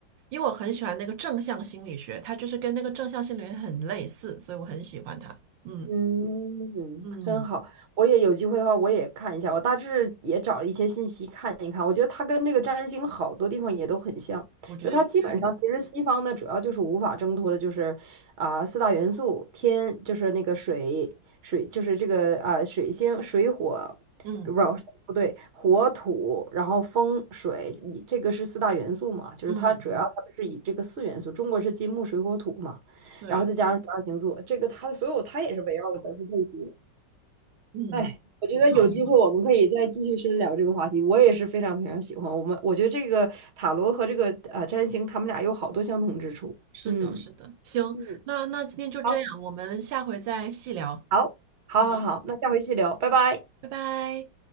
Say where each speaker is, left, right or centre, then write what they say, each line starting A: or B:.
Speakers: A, on the right; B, on the right.
A: 因为我很喜欢那个正向心理学，它就是跟那个正向心理学很类似，所以我很喜欢它。嗯
B: 嗯，
A: 嗯，
B: 真好，我也有机会的话，我也看一下。我大致也找了一些信息看一看。我觉得它跟这个占星好多地方也都很像，
A: 我觉得应该会。
B: 就它基本上其实西方呢，主要就是无法挣脱的，就是啊、四大元素，天就是那个水，水就是这个啊、水星、水火，
A: 嗯
B: 不不对，火土，然后风水，以这个是四大元素嘛，就是它主要他们是以这个四元素，
A: 嗯嗯，
B: 中国是金木水火土嘛。
A: 对，
B: 然后再加上十二星座，这个它的所有它也是围绕的都是这些。
A: 嗯，
B: 哎，我觉得有机会我们可以再继续深聊这个话题。
A: 挺好挺好。
B: 我也是非常非常喜欢我们，我觉得这个塔罗和这个呃占星，他们俩有好多相同之处。
A: 是的，
B: 嗯，
A: 是的。行，
B: 嗯，
A: 那那今天就这样，
B: 好，
A: 我们下回再细聊。
B: 好，好好好，
A: 好，
B: 那下回细聊，拜拜。
A: 拜拜。